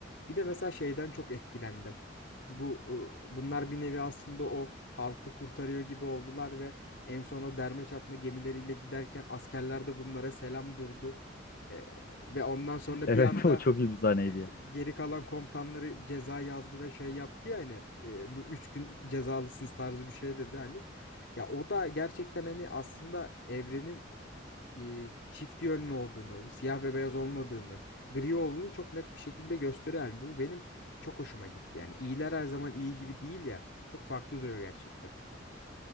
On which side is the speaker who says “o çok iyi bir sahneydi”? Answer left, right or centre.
Left